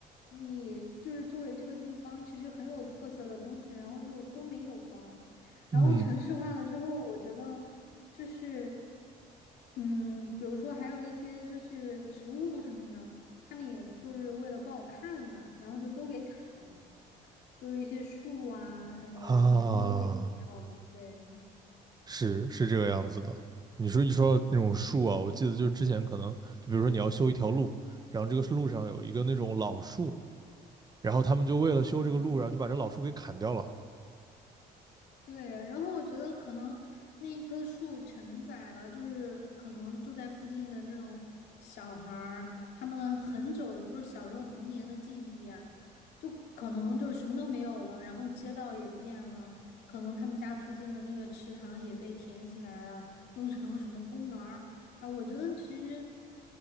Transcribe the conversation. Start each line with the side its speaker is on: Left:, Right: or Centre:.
Left: 你就是作为这个地方其实很有特色的东西，然后就都没有了。然后城市化了之后，
Right: 嗯
Left: 我觉得就是嗯，比如说还有一些就是植物什么的。他们也就是为了不好看嘛，然后就都给砍了，就是一些树啊什么的，
Right: 啊。
Left: 然后全部都给砍掉了。对
Right: 是是这个样子的。你说一说到那种树啊，我记得就是之前可能就比如说你要修一条路，然后这个路上有一个那种老树，然后他们就为了修这个路，
Left: 对
Right: 然后就把这老树给砍掉了。
Left: 对，然后我觉得可能那一棵树承载了，就是可能住在附近的那种小孩儿，他们很久就是小时候童年的记忆呀、就可能就什么都没有了，然后街道也变了，可能他们家附近的那个池塘也被填起来了，弄成什么公园儿。啊，我觉得其实